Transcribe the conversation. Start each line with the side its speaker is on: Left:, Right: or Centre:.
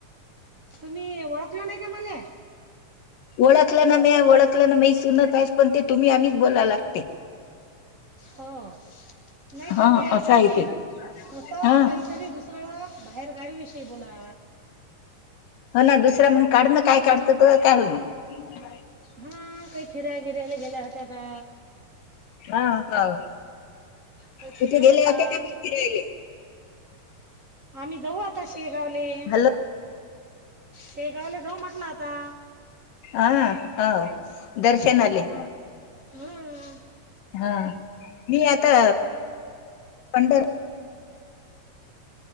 Right: तुम्ही ओळखल नाही का मले?
Left: ओळखलं ना मी. ओळखलं ना मी. सुन ताईच पण ते तुम्ही आम्हीच बोला लागते.
Right: हो. नाही
Left: हा
Right: पण ते आहे
Left: असं
Right: की नाही.
Left: ते
Right: असं
Left: हा
Right: काहीतरी दुसरां बाहेरगावीविषयी बोला....
Left: मला दुसरा म्हनुण काढ ना काय काढत तर काढ ना मग.
Right: हा काही फिरायला बिरायला गेल्या होत्या का?
Left: हा ह
Right: काही फिरायला
Left: कुठे गेले
Right: जा
Left: होते का फिरायले...
Right: आम्ही जाऊ आता शेगावले
Left: हॅलो
Right: शेगावले जाऊ म्हटलं आता....
Left: हा हा हो दर्शनाली.....
Right: हम्म...
Left: हा मी आता पंढर....